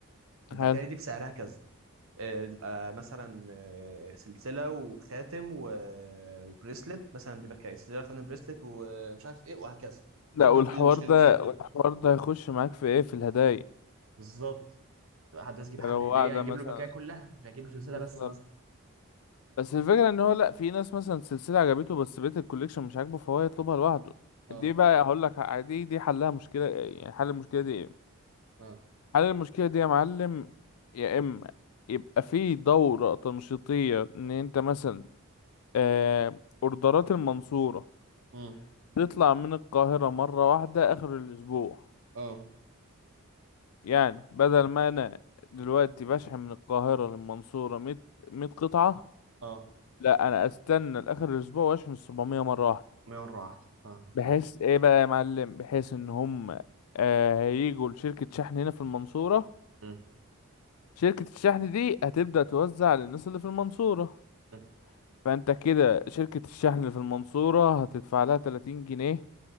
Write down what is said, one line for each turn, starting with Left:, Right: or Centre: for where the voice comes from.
Right: الباكايه
Left: حلو
Right: دي بسعرها كذا آه، بتبقى مثلا آه، سلسله وخاتم و... وبريسلت مثلا دي بقى سلسله خاتم بريسلت ومش عارف ايه وهكذا
Left: لا
Right: دي ممكن
Left: والحوار
Right: تحل المشكله
Left: ده
Right: دي بسبب كده
Left: والحوار ده هيخش معاك في ايه في الهدايا
Right: بالظبط تبقى حد عايز يجيب
Left: انت
Right: حد
Left: لو
Right: هديه
Left: واحده
Right: هيجيب
Left: مثلا
Right: له بكايه كلها مش هيجيب له سلسله
Left: بالظبط
Right: بس مثلا
Left: بس الفكره ان هو لا في ناس مثلا سلسله عجبته بس بقيه الكوليكشن مش عاجبه فهو يطلبها لوحده
Right: اه
Left: دي بقى هقول لك ع- دي دي حلها مشكله يعني حل المشكله دي إيه؟
Right: اه
Left: حل المشكلة دي يا معلم يا إما يبقى في دورة تنشيطية إن أنت مثلا آه، أوردرات المنصورة
Right: امم
Left: تطلع من القاهرة مرة واحدة آخر الأسبوع
Right: اه
Left: يعني بدل ما أنا دلوقتي بشحن من القاهرة للمنصورة مية مية قطعة
Right: اه
Left: لا أنا أستنى لآخر الأسبوع وأشحن السبعمية مرة واحدة
Right: مره واحده فاهمك
Left: بحيث
Right: اه
Left: إيه بقى يا معلم بحيث إن هم آه، هيجوا لشركة شحن هنا في المنصورة
Right: مم،
Left: شركة الشحن دي هتبدأ توزع للناس اللي في المنصورة
Right: مم.
Left: فانت كده شركة الشحن اللي في المنصورة هتدفع لها 30 جنيه